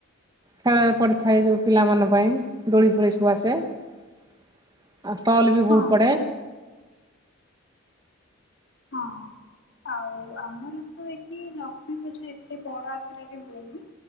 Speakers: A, on the right; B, on the left.
A: ଖେଳରେ ପଡ଼ିଥାଏ ଯୋଉ ପିଲାମାନ ପାଇଁ ଦୋଳି ଫୋଳି ସ ବୁ ଆସେ ଆଉ ଷ୍ଟଲ ବି
B: ହଁ
A: ବହୁତ ପଡେ।
B: ହଁ। ଆଉ ଆମର ତ ଏଠି ଲକ୍ଷ୍ମୀ ପୂଜା ଏତେ ବଡ ଆତ୍ରରେ ହୁଏନି